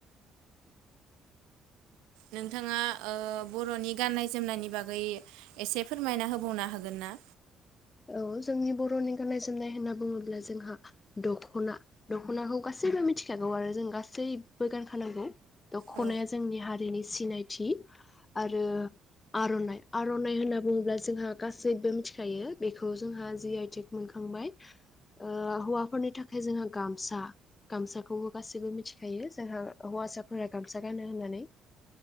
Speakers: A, on the right; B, on the left.
A: नोंथाङा ओ बरनि गाननाय जोमनायनि बागै एसे फोरमायना होबावनो हागोनना
B: औ जोंनि बरनि गाननाय जोमनाय होनना बुङोब्ला जोंहा दखना दखनाखौ गासैबो मिथिखागौ आरो जों गासैबो गानखानांगौ दख'नाया
A: औ
B: जोंनि हारिनि सिनायथ थि। आरो आर'नाइ आर'नाइ होन्ना बुङोब्ला जोंहा गासैबो मिथिखायो। औ जोंहा जि आइ टेक मोनखा खांबाय। ओ हौवाफोरनि थाखाय फाय जोंहा गामसा गामसाखौ गाससिबो मिथि खायोस जोंहा हौवासाफोरा गामसा गानो होन्नानै।